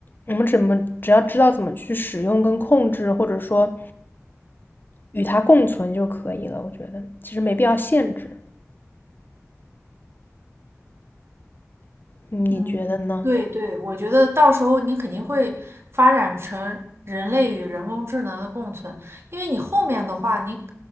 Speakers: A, on the left; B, on the right.
A: 我们怎么只要知道怎么去使用跟控制，或者说与它共存就可以了。我觉得其实没必要限制，嗯你觉得呢？
B: 嗯，对对，我觉得到时候你肯定会发展成人类与人工智能的共存，因为你后面的话，你